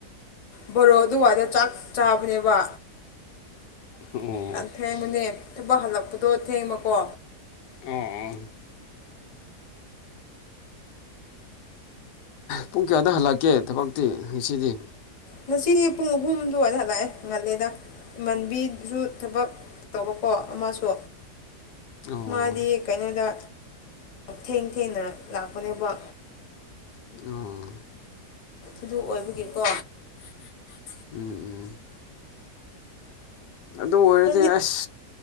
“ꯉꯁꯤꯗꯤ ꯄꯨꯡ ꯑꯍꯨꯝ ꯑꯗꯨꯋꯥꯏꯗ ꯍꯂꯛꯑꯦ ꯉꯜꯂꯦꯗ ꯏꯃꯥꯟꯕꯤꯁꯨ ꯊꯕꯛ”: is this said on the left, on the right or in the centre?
Left